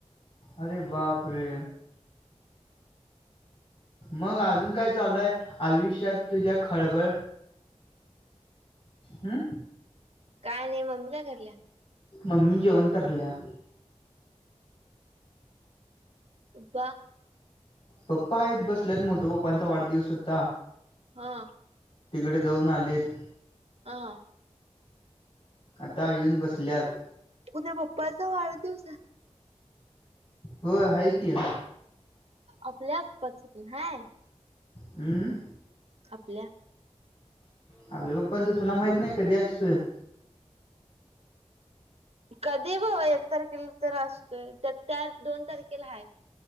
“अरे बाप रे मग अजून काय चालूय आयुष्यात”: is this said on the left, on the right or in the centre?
Left